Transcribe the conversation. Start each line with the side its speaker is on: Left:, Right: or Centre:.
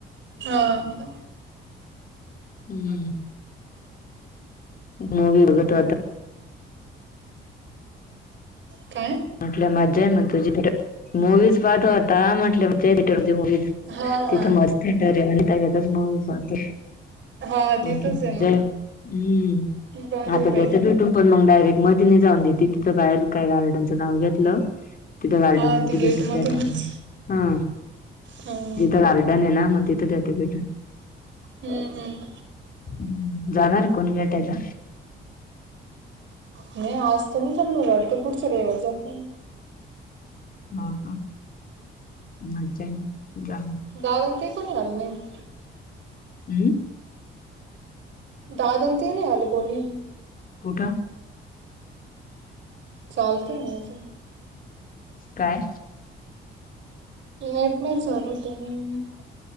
Right: हा
Left: हम्म मूवी बघत होता
Right: काय
Left: म्हटलं मजा आहे मग तुझी मूवीज पाहतो होता म्हटलं थिएटर मध्ये मूवीज
Right: हा
Left: तिथं
Right: हा
Left: मस्त थिएटर आहे आणि त्याच्यातच मूवी पाहते
Right: हा
Left: म्हटलं
Right: तिथंच आहे ना
Left: जे हम्म
Right: बरे
Left: आता
Right: बाई
Left: देत भेटू पण मग डायरेक्ट मध्येने जाऊन देते तिथं बाहेर काही गार्डनचं नाव घेतलं तिथं गार्डन
Right: हा
Left: मध्ये
Right: ते गेट
Left: भेटून
Right: मधूनच
Left: देतात हा
Right: हम्म.
Left: तिथं गार्डन आहे ना मग तिथ देतात भेटून
Right: हम्म हम्
Left: ह् जाणार कोण भेटायला
Right: नाही आजत नाही चालो <inaudible> पुढच्या रविवर जातो
Left: ह ह मज्जा आहे जा
Right: दादान ते का आलं नाही
Left: हम्म
Right: दाद ते नाही आले कोणी
Left: कठं
Right: चालतय म
Left: काय
Right: एट मल सन होतय <inaudible>